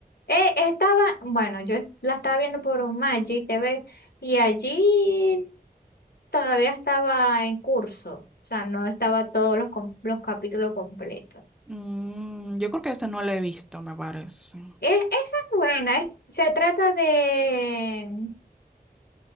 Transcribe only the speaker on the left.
Eh, estaba, bueno, yo la estaba viendo por un Magic TV y allí todavía estaba en curso, o sea, no estaba todos los, com- los capítulos completos.
Es, esa es buena, es- se trata de